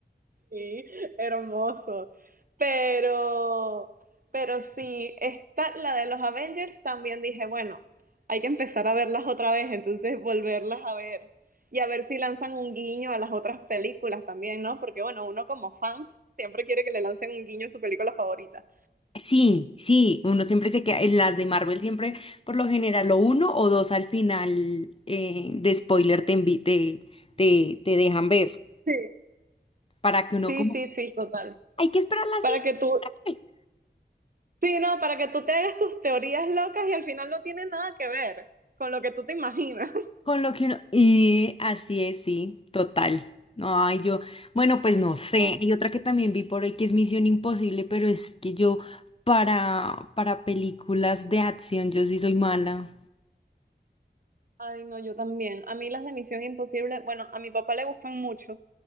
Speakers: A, on the right; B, on the left.
A: Sí, hermoso. Pero, pero sí, esta, la de los Avengers también dije, bueno, hay que empezar a verlas otra vez, entonces volverlas a ver. Y a ver si lanzan un guiño a las otras películas también, ¿no? Porque bueno, uno como fan siempre quiere que le lancen un guiño a su película favorita.
B: Sí, sí, uno siempre se queda, en las de Marvel siempre, por lo general, o uno o dos al final eh, de spoiler te, envi- te, te, te dejan ver,
A: Sí,
B: para que uno
A: sí,
B: como,
A: sí, sí, total.
B: hay que esperar la
A: Para que tú,
B: siguiente",
A: sí, no, para que tú te hagas tus teorías locas y al final no tiene nada que ver con lo que tú te imaginas.
B: con lo que uno, y así es, sí, total. Ay, yo, bueno, pues no sé,
A: <laughs>
B: hay otra que también vi por ahí que es Misión Imposible, pero es que yo para, para películas de acción, yo sí soy mala.
A: Ay, no, yo también. A mí las de Misión Imposible, bueno, a mi papá le gustan mucho,